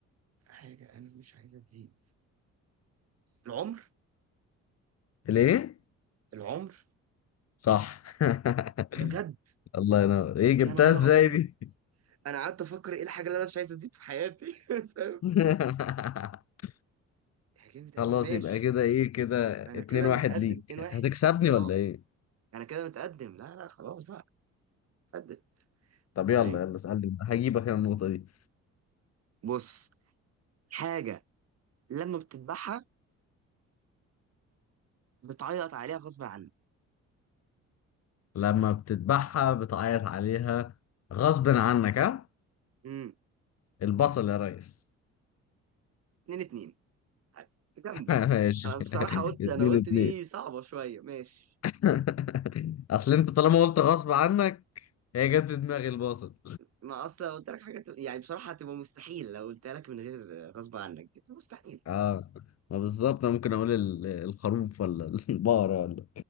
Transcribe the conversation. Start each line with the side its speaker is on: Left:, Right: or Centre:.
Right: حاجة انا مش عايزة تزيد العمر
Left: ليه
Right: العمر
Left: صح <laughs>
Right: يا بجد
Left: الله ينور ايه جبتها
Right: يا نهار
Left: ازاي
Right: ابيض
Left: دي
Right: انا قعدت افكر ايه الحاجه اللي انا مش عايز ازيد في حياتي <laughs> فاهم
Left: <laughs>
Right: اتحجمت قوي
Left: خلاص
Right: ماشي
Left: يبقى كده ايه كده
Right: انا
Left: اتنين
Right: كده
Left: واحد
Right: متقدم
Left: ليك
Right: 2 1
Left: هتكسبني
Right: اه
Left: ولا ايه
Right: انا كده متقدم لا لا خلاص بقى متقدم طيب
Left: طب يلا يلا اسألني هجيبك انا النقطة دي
Right: بص حاجه لما بتذبحها بتعيط عليها غصب عنك
Left: لما بتذبحها بتعيط عليها غصب عنك ها
Right: امم
Left: البصل يا ريس
Right: 2 2 جامده
Left: <laughs> ماشي
Right: انا بصراحه
Left: <laughs>
Right: قلت
Left: اتنين
Right: انا قلت
Left: اتنين
Right: دي صعبه شويه ماشي
Left: <laughs> اصل انت طالما قلت غصب عنك هي جت في دماغي البصل
Right: ما اصلا قلت لك حاجه تبقى- يعني بصراحه هتبقى مستحيل لو قلتها لك من غير غصب عنك دي مستحيل
Left: اه ما بالظبط انا ممكن اقول ال- الخروف ولا <laughs> البقرة ولا